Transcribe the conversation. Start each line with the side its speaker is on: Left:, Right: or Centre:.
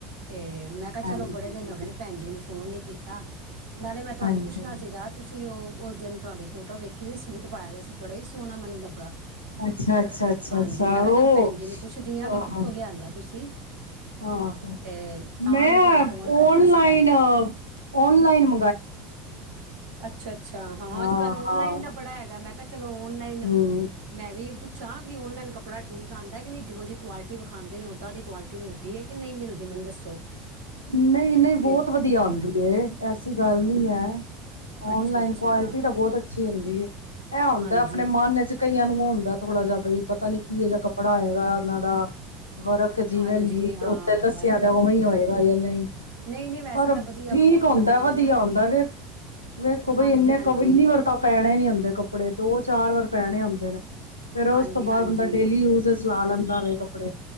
Right: ਤੇ ਮੈਂ ਕਿਆ
Left: ਹਾਂਜੀ,
Right: ਚਲੋ ਬੜੇ ਦਿਨ ਹੋਗੇ ਨੇ ਭੈਣ ਜੀ ਨੂੰ ਫੋਨ ਨੀ ਕੀਤਾ। ਤੇ ਮੈਂ ਤਵਾਨੂੰ
Left: ਹਾਂਜੀ,
Right: ਪੁੱਛਣਾ ਸੀਗਾ ਤੁਸੀਂ ਔ ਔਸ ਦੇਨ ਤੁਵਾਡੀ ਫੋਟੋ ਵੇਖੀ ਉਹਨੇ ਸੂਟ ਪਾਇਆ ਦਾ ਸੀ ਬੜਾ ਹੀ ਸੋਣਾ ਮੈਨੂੰ ਲੱਗਾ।
Left: ਅੱਛਾ ਅੱਛਾ ਅੱਛਾ
Right: ਹਾਂਜੀ
Left: ਅੱਛਾ ਅੱਛਾ,
Right: ਮੈਂ
Left: ਔ
Right: ਕਿਹਾ ਚੱਲ ਭੈਣ
Left: ਅ
Right: ਜੀ ਨੂੰ ਪੁੱਛਦੀ ਵੀ ਕਿੱਥੋਂ
Left: ਹਾਂ
Right: ਲਿਆਂਦਾ ਤੁਸੀਂ
Left: ਆਹੋ
Right: ਤੇ ਤਾਂ
Left: ਮੈਂ
Right: ਤੁਹਾਨੂੰ ਫੋਨ ਕਰਨਾ
Left: ਔਨਲਾਈਨ
Right: ਸੀਗਾ
Left: ਔਨਲਾਈਨ ਮ
Right: ਅੱਛਾ ਅੱਛਾ, ਹਾਂ
Left: ਹਾਂ-ਹਾਂ,
Right: ਅੱਜ ਕੱਲ ਔਨਲਾਈਨ ਦਾ ਬੜਾ ਹੈਗਾ ਮੈਂ ਕਿਆ ਚਲੋ ਔਨਲਾਈਨ
Left: ਹੂੰ,
Right: ਮੈਂ ਵੀ ਪੁਛ ਛਾ ਕਿ ਔਨਲਾਈਨ ਕੱਪੜਾ ਠੀਕ ਆਂਦਾ ਕਿ ਨਹੀਂ ਜਿਹੋ ਜੀ ਕੁਆਲਿਟੀ ਵਿਖਾਂਦੇ ਓਦਾਂ ਦੀ ਕੁਆਲਟ ਟੀ ਮਿਲਦੀ ਐ ਕਿ ਨਹੀਂ ਮਿਲਦੀ ਮੈਨੂੰ ਦੱਸੋ?
Left: ਨਈ ਨਈ,
Right: ਤੇ
Left: ਬੌਤ ਵਧੀਆ ਆਂਦੀ ਏ। ਐ ਐਸੀ ਗੱਲ ਨੀ ਐ।
Right: ਅੱਛਾ
Left: ਔਨਲਾਈਨ
Right: ਅੱਛਾ
Left: ਕੁਆਲਿਟੀ ਤਾਂ ਬੌਤ ਅਛ ਅੱਛੀ ਹੁੰਦੀ ਏ। ਐ ਹੁੰਦਾ
Right: ਹਾਂਜੀ
Left: ਆਪਣੇ ਮਨ ਵਿਚੋਂ ਕਈਆਂ ਨੂੰ ਔ ਹੁੰਦੈ ਥੋੜਾ ਜਾ ਬਈ ਪਤਾ ਨੀ ਕਿਹੋ ਜਾ ਕੱਪੜਾ ਹੈਏਗਾ ਇਨਾਂ ਦਾ। ਵਰਕ ਜਿਵੇਂ
Right: ਹਾਂਜੀ
Left: ਲਿਖ
Right: ਹਾਂ
Left: ਐ ਉੱਤੇ ਦੱਸਿਆਂ
Right: ਵਰਕ
Left: ਉਵੇਂ ਈ ਹੋਏ ਓਈਓ। ਨਹੀਂ।
Right: ਨਹੀਂ ਨਹੀਂ ਵੈਸੇ
Left: ਪਰ
Right: ਤਾਂ ਵਧੀਆ
Left: ਠੀਕ
Right: ਬਹੁਤ
Left: ਹੁੰਦੈ
Right: ਲੱਗਾ
Left: ਵਧੀਆ
Right: ਮੈਨੂੰ
Left: ਹੁੰਦੈ ਵੇਖ ਵੇਖੋ ਬਈ
Right: ਹਾਂਜੀ
Left: ਇਨੇ
Right: ਹਾਂਜੀ
Left: ਕਵ ਇੰਨੀ ਵਾਰ ਤਾਂ ਪੈਣੇ ਨੀ ਹੁੰਦੇ ਕੱਪੜੇ ਦੋ ਚਾਰ ਵਾਰ ਪੈਣੇ ਹੁੰਦੇ ਫਿਰ ਫੇਰ ਔਸ
Right: ਹਾਂਜੀ
Left: ਤੋਂ ਬਾਅਦ
Right: ਹਾਂਜੀ
Left: ਬੰਦਾ ਡੇਲੀ ਯੂਜਸ ਚਲਾ ਲੈਂਦਾ ਵੇ ਕੱਪੜੇ।